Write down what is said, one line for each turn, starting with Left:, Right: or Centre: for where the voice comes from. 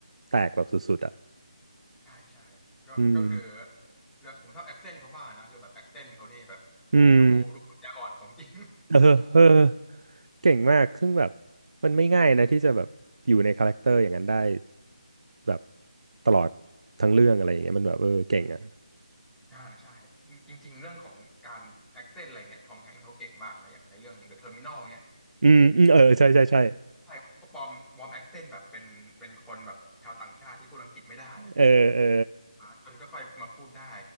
Right: แตกแบบสุดๆอะ
Centre: ใช่ใช่ก็ก็คือ
Right: อืม
Centre: แล้วผมชอบแอคเซนต์เขาบ้างนะคือแบบแอคเซนต์เขานี่แบบ
Right: อืม
Centre: ดูดูปัญญาอ่อนของจริง
Right: เออเออเก่งมาก ซึ่งแบบมันไม่ง่ายนะที่จะแบบอยู่ในคาแรคเตอร์อย่างนั้นได้แบบตลอดทั้งเรื่องอะไรอย่างเงี้ยมันแบบเออเก่งอ่ะ
Centre: <laughs> อ่าใช่จริงจริงๆเรื่องของการแอคเซนต์อะไรเงี้ยทอมแฮงค์เขาเก่งมากนะอย่างในเรื่องเดอะเทอร์มินอลเงี้ย
Right: อืมอืมเออใช่ใช่ใช่
Centre: ใช่เขาปลอมปลอมแอคเซนต์แบบเป็นเป็นคนแบบชาวต่างชาติที่พูดอังกฤษไม่ได้อะ
Right: เออเออ
Centre: อ่าจนก็ค่อยมาพูดได้